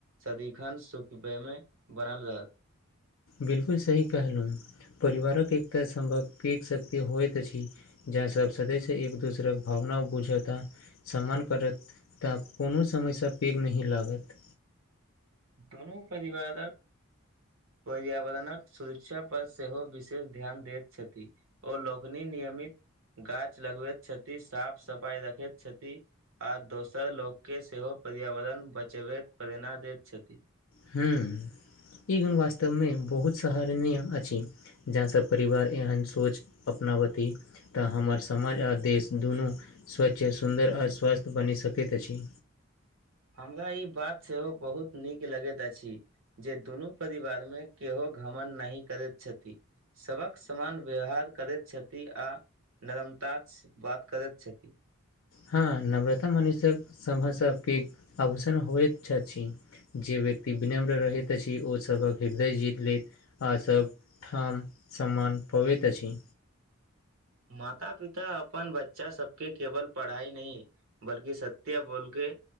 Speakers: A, on the right; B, on the left.
A: सदिखन सुखबे मे बनल रहत।
B: बिलकुल सही कहलु परिवारक एकता <unintelligible> शक्ति होएत अछि। जहां सब सदस्य एक-दूसरा के भावना बुझत आ सम्मान करत तऽ कोनो समय से पैघ नहि लागत।
A: दुनू परिवारक पर्यावरणक सुरक्षा पर सेहो विशेष ध्यान दैत छथि। ओ लोकनि नियमित गाछ लगबैत छथि, साफ-सफाई रखैत छथि। आ दोसर लोक के सेहो पर्यावरण बचेबै के प्रेरणा दैत छथि।
B: हुं ई गुण वास्तव मे बहुत सहारनीय अछि। जहां सब परिवार एहन सोच अपना बती तऽ हमर समाज आ देश दुनू स्वच्छ, सुन्दर आ स्वास्थ बनि सकैत अछि।
A: हमरा ई बात सेहो बहुत नीक लगैत अछि। जे दुनू परिवार मे केहो घमंड नहि करैत छथि। सबक समान व्यवहार करैत छथि आ नरमता <unintelligible> बात करत छथि।
B: हां नव्रता मनुष्य सभसे पैघ आभूषण होएत छछि। जे व्यक्ति विनम्र रहैत अछि ओ सभक हृदय जीत लेत आ सब ठाम, सम्मान पबैत अछि।
A: माता-पिता अपन बच्चा सबके केवल पढ़ाई नहि बल्कि सत्य बोल के